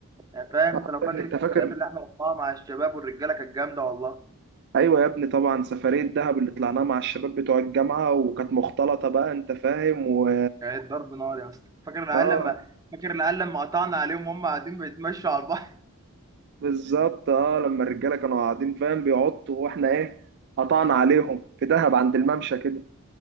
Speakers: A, on the right; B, on the right.
A: يعني فاهم
B: آه،
A: انت لو فاكر
B: انت
A: السفريات
B: فاكر
A: اللي احنا رحناها مع الشباب والرجاله كانت جامده والله
B: ايوه يا ابني طبعا سفريه دهب اللي طلعناها مع الشباب بتوع الجامعه وكانت مختلطه بقى انت فاهم و
A: كانت ضرب نار يا اسطى فاكر العيال
B: اه
A: لما فاكر العيال لما قطعنا عليهم وهم قاعدين بيتمشوا على البحر
B: بالظبط اه لما الرجاله كانوا قاعدين فاهم بيعطوا واحنا ايه قطعنا عليهم في دهب عند الممشى كده